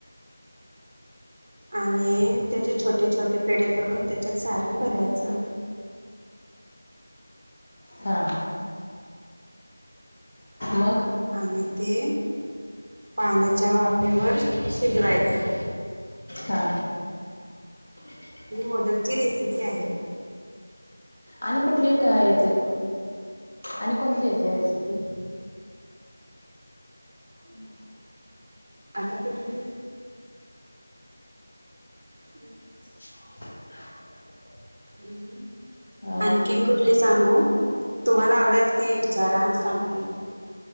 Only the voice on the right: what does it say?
आणि त्याचे छोटे छोटे पेढ करून त्याच्यात सारण भरायचं.
आणि ते पाण्याच्या वाफेवर शिगलायचं.
ही मोदकची
रेसिपी आहे
आता कठली. <inaudible>
हम्
आणखीन कुठली सांगू तुम्हाला आवडेल ती विचारा सांगते.